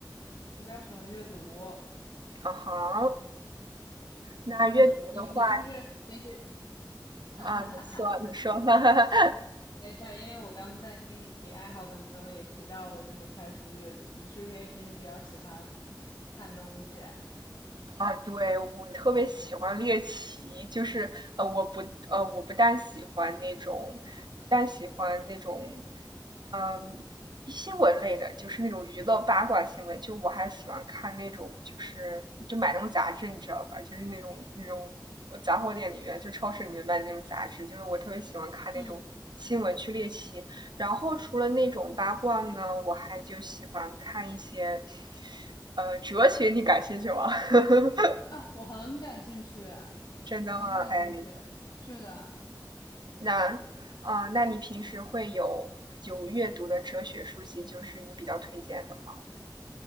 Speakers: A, on the left; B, on the right.
A: 我比较喜欢阅读，
B: 啊哈，那阅读的话。
A: 嗯，你你是不是平时，<laughs> 哈哈哈，
B: 啊，你说，你说，<laughs> 哈哈哈。
A: 没事儿，因为我刚在听你提爱好的时候也提到了，就是看书阅读，你是不是也平时比较喜欢看东西？
B: 啊，对，我特别喜欢猎奇，就是呃，我不呃，我不但喜欢那种，不但喜欢那种，嗯，新闻类的，就是那种娱乐八卦新闻，就我还喜欢看那种，就是就买那种杂志，你知道吧？就是那种那种杂货店里面，就超市里面卖的那种杂志，就是我特别喜欢看那种新闻去猎奇。
A: 嗯
B: 然后除了那种八卦呢，我还就喜欢看一些，呃，哲学，你感兴趣吗？<laughs>
A: 啊，我很感兴趣啊，
B: 真的吗？
A: 我很感兴趣，
B: 哎，
A: 是的。
B: 那，啊，那你平时会有有阅读的哲学书籍，就是你比较推荐的吗？